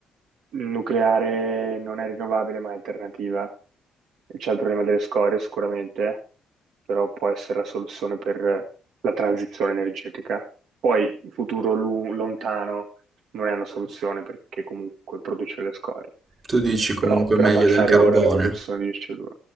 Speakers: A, on the right; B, on the right.
A: Nucleare non è rinnovabile, ma è alternativa. C'è il problema delle scorie sicuramente, però può essere la soluzione per la transizione energetica. Poi, in futuro lu- lontano non è una soluzione perché comunque produce le scorie,
B: Tu dici comunque
A: però per
B: meglio
A: abbassare
B: del carbone,
A: ora le produzioni di CO2.